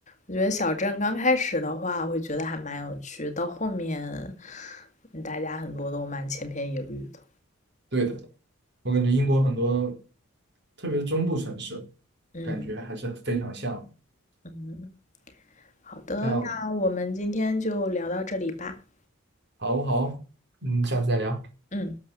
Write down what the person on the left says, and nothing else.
我觉得小镇刚开始的话，会觉得还蛮有趣，到后面，嗯大家很多都蛮千篇一律的。
嗯
嗯，好的，
那我们今天就聊到这里吧。
嗯。